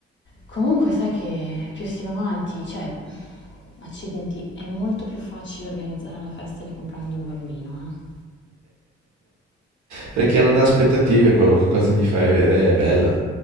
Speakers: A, on the left; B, on the right.
A: Comunque sai che più si va avanti, cioè, accidenti, è molto più facile organizzare la festa di compleanno di un bambino, eh.
B: Perché non ha aspettative, qualunque cosa gli fai avere è bella.